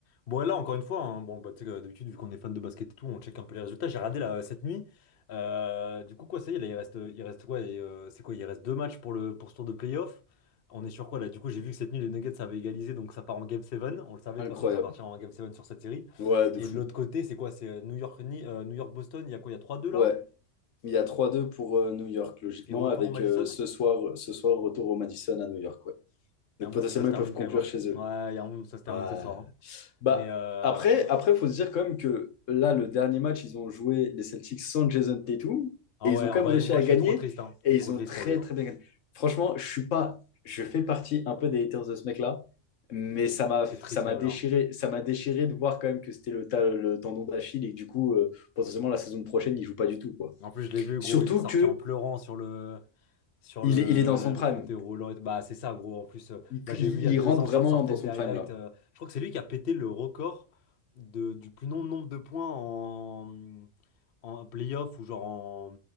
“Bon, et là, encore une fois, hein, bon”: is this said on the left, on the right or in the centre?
Left